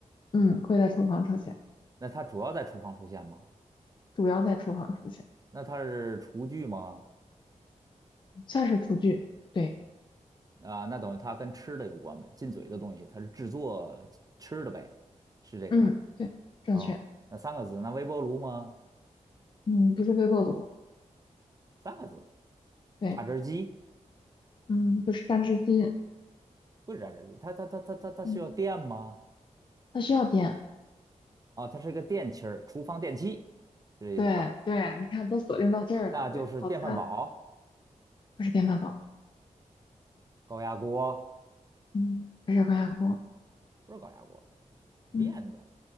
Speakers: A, on the left (about 40°); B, on the right (about 30°).
A: 嗯，会在厨房出现，
B: 那它主要在厨房出现吗？
A: 主要在厨房出现，
B: 那它是厨具吗？
A: 算是厨具，对，
B: 啊、那等于它跟吃的有关呗，进嘴的东西，它是制作吃的呗，是这个吧？
A: 嗯，对，正确，
B: 哦，那三个字，那微波炉吗？
A: 嗯，不是微波炉，
B: 三个字，
A: 对，
B: 榨汁机
A: 嗯，不是榨汁机，
B: 不是榨汁机，它它它它它它需要电吗？
A: 嗯，它需要电。
B: 啊、它是一个电器儿，厨房电器，是这意思吧？
A: 对对，你看都锁定到这儿了，
B: 那就是电饭煲、
A: 对，好菜了，不是电饭煲，
B: 高压锅，
A: 嗯，不是高压锅，
B: 不是高压锅，
A: 嗯
B: 电的